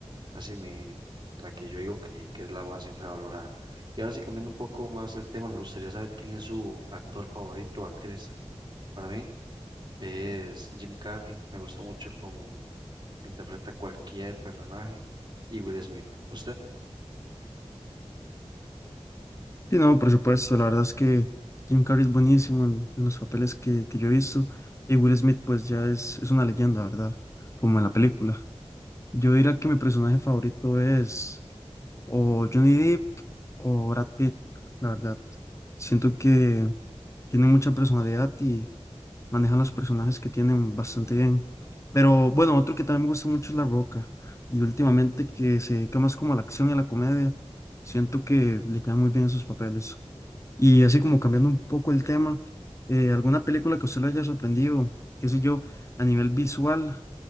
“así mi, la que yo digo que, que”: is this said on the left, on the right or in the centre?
Right